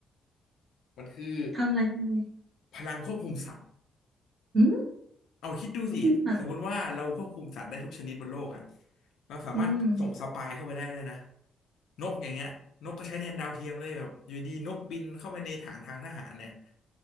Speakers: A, on the left; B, on the right.
A: มันคือ
B: ทำอะไรทำอะไร
A: พลังควบคุมสัตว์
B: หืม
A: เอาคิดดูสิสมมติว่าเราควบคุมสัตว์ได้ทุกชนิดบนโลกอ่ะ
B: เขาเป็นสัตว์
A: เราสามารถส่งสปายเข้าไปได้เลยนะ
B: อืม
A: นกอย่างเงี้ยนกก็ใช้แทนดาวเทียมเลยแบบอยู่ดีนกบินเข้าไปในฐานทางทหารเนี่ย